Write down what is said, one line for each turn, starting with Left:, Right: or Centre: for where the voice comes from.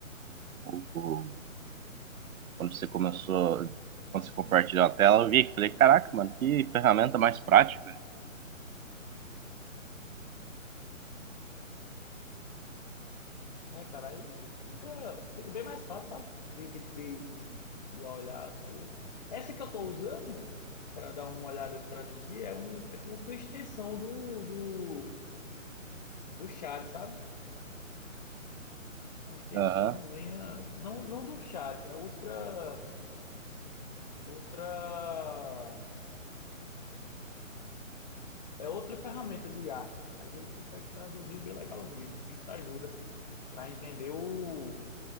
Right: o, o- quando você começou, quando você compartilhou a tela, eu vi que falei, caraca, mano, que ferramenta mais prática.
Left: É, cara, aí fica, fica bem mais fácil, sabe? De, tipo, de, de olhar as coisas. Essa que eu tô usando, para dar uma olhada e traduzir, é, um, é tipo uma extensão do, do, do chat, sabe? É uma extensãozinha,
Right: Aham.
Left: não, não do chat, é outra, outra, é outra ferramenta de IA. Mas ele consegue traduzir bem legalzinha. Isso ajuda para entender o,